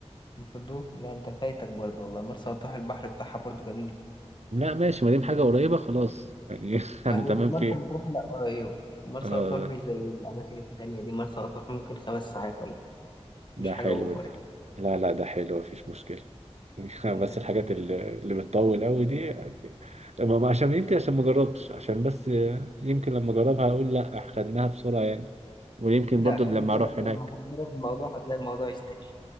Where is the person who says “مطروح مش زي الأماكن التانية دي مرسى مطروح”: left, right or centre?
Left